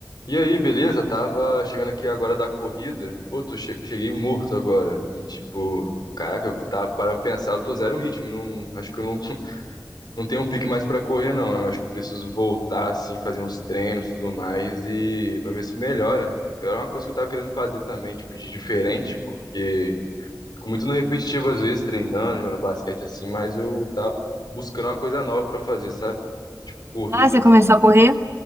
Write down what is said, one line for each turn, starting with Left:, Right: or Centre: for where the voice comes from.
Left: E aí, beleza? Tava chegando aqui agora da corrida. Pô, tô che- cheguei morto agora. E tipo, caraca, eu tava parando pra pensar, eu tô zero ritmo. Não, acho que eu não, <laughs> não tenho um pique mais pra correr, não. Eu acho que eu preciso voltar, assim, fazer uns treinos e tudo mais e pra ver se melhora. Era uma coisa que eu tava querendo fazer também, tipo, de diferente, porque fico muito no repetitivo às vezes, treinando, jogando basquete assim, mas eu tava buscando uma coisa nova pra fazer, sabe? Tipo, corrida,
Right: Ah, você
Left: assim.
Right: começou a correr?